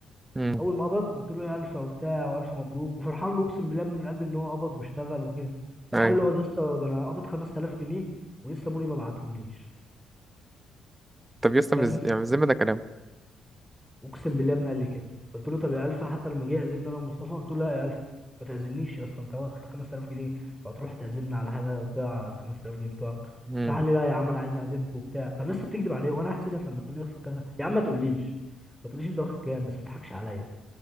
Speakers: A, on the right; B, in the centre.
A: مم.
B: اول ما قبض قلت له يا الفا وبتاع والف مبروك وفرحان له اقسم بالله يا ابني من قلبي ان هو قبض واشتغل وكده راح
A: أيوة
B: قال له اقعد يا اسطى ده انا قبض 5000 جنيه ولسه موري ما بعتهم ليش
A: طب يا اسطى
B: فاهم
A: بز...
B: يا اسطى
A: يعني بالذمة ده كلام
B: اقسم بالله يا ابني قال لي كده قلت له طب يا الفا حتى لما جه يعزمني انا ومصطفى قلت له لا يا الفا ما تعزمنيش يا اسطى انت واخد 5000 جنيه وهتروح تعزمني على حاجه تضيع ال 5000 جنيه بتوعك
A: مم.
B: راح قال لي لا يا عم انا عايز اعزمكم وبتاع طب يا اسطى بتكذب عليا وانا هحسدك لما تقول لي واخد كذا يا عم ما تقوليش ما تقوليش انت واخد كام بس ما تضحكش عليا